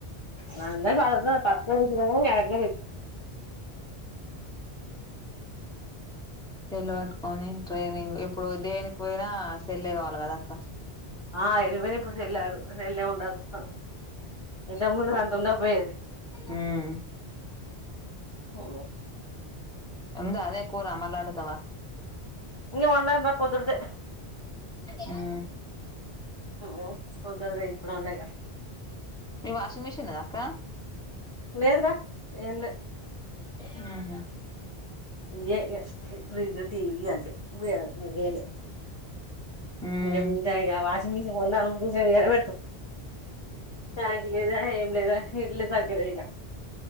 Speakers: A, on the left; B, in the centre.
A: నంద ప పత్ వస ఎలాందడ
B: చెల్ల పట్టుకొని ట్రైనింగ్ ఇప్పుడు దేనికి పోయినా సెల్లే కావాలి కదా అక్క
A: ఆ ఇరువని ఇప్పుడు సెల్లాడుల్ ఉ దమ్మన హా త ఉ భేజ
B: ఉమ్
A: ఓ
B: ఉంద అదే కూర మలాలాడుతావా
A: ఇం ఉండంట పోద్తుదు
B: ఆ
A: ఓ పొద్దునదే ఇప్పుడు ఉంది గా
B: మీ వాషింగ్ మెషిన్ ఉన్నద అక్క
A: లేదుగా ఏం లే
B: హ్మ్ హు
A: ఇదే ఇగ <unintelligible> టీ వీ అంతే వే వేళ
B: ఉమ్
A: ఇంకా మిగతాయి ఆ వాషింగ్ మిషన్ కొందాము ఎ ఏడ పెడుతావు కాలి లేదా ఏం లేదా ఇండ్లు కట్టుడే ఇగ